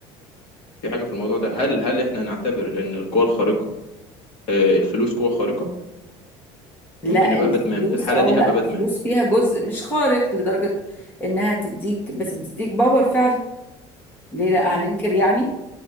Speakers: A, on the left; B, on the left.
A: في حاجه في الموضوع ده هل هل احنا نعتبر ان القوه الخارقه آه الفلوس قوه خارقه
B: لا
A: ممكن نبقى
B: الفلوس
A: باتمان في الحاله
B: اه
A: دي
B: لا
A: هبقى باتمان
B: الفلوس فيها جزء مش خارق لدرجة انها تديك بس بتديك باور فعلا ليه لا
A: مم.
B: هننكر يعني